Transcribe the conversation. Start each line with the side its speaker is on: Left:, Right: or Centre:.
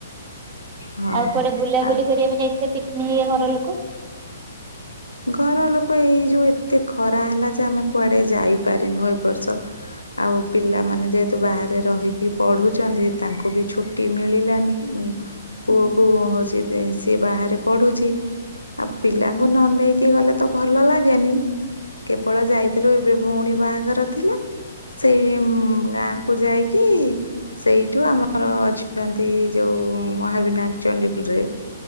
Left: ହଁ
Right: ଆଉ କୁଆଡେ ବୁଲାବୁଲି
Left: ଆଉ
Right: କରିବା ପାଇଁ ଯାଇଥିଲେ ପିକନିକ ହେଇ ଘର ଲୋକ?
Left: ଘର ଲୋକ ଏଇ ଯୋଉ ଏତେ ଖରା ହେଲା ଯେ ଆମେ କୁଆଡେ ଯାଇପାରିନୁ ଏ ବର୍ଷ। ଆଉ ପିଲାମାନେ ଯେହେତୁ ବାହାରେ ରହିକି ପଢୁଛନ୍ତି ତାଙ୍କୁ ବି ଛୁଟି ମିଳିଲାନି। ପୁଅ
Right: ହଁ
Left: କ ହଉଛି ସିଏ ବାହାରେ ପଢୁଛି ଆଉ ପିଲାଙ୍କୁ ନ ନେଇେଇକି କି ଗଲେ ତ ଭଲ ଲାଗେନି କେବଳ ଯାଇଥିଲୁ ଏବେ ଭଉଣୀ ବାହାଘର ଥିଲା ସେଇ ଗାଁ କୁ ଯାଇକି ସେଇଠୁ ଆମର ଅଛନ୍ତି ଯୋଉ ମହାବିନାୟକ ଚଣ୍ଡୀ ରେ